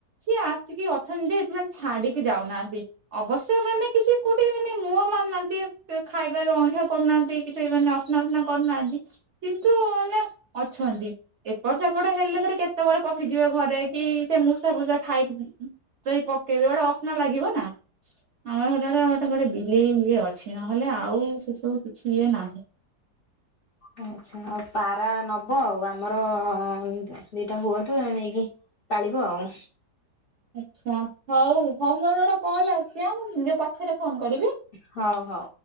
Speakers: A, on the right; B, on the left.
A: ସିଏ ଆସିକି ଅଛନ୍ତି ଯେ ଛାଡିକି ଯାଉନାହାନ୍ତି। ଅବଶ୍ୟ ମାନେ କିଛି କୋଉଠି ମାନେ ମୁହଁ ମାନିନାହାନ୍ତି ଖାଇବା ଅଇଁଠା କରୁନାହାନ୍ତି। କିଛି ମାନେ ଅସ୍ନା ଉସ୍ନା କରୁନାହାନ୍ତି। କିନ୍ତୁ ମାନେ ଅଛନ୍ତି। ଏପଟ ସେପଟ ହେଲେ ପରେ କେତେ କେତେବେଳେ ପଶିଯିବେ ଘରେ। କି ସେ ମୂଷା ଫୂଷା ଖାଇ ସେଇ ପକେଇବେ ଗୋଟେ ଅସନା ଲାଗିବ ନା। ଆମ ଘରରେ ଗୋଟେ ଘରେ ବିଲେଇ ଇଏ ଅଛି ନହେଲେ ଆଉ ସେ ସବୁ କିଛି ଇଏ ନାହିଁ।
B: ଓହୋ ଆଚ୍ଛା ଆଉ ପାରା ନବ ଆଉ ଆମର <unintelligible> ଦିଟା ହୁଅନ୍ତୁ ତମେ ନେଇକି। ପାଳିବ ଆଉ।
A: ଆଚ୍ଛା ହଉ ହଉ ମୋର ଗୋଟେ କଲ ଆସୁଚି ଆଁ ମୁଁ ବ ପଛରେ ଫୋନ କରିବି।
B: ହଉ ହଉ।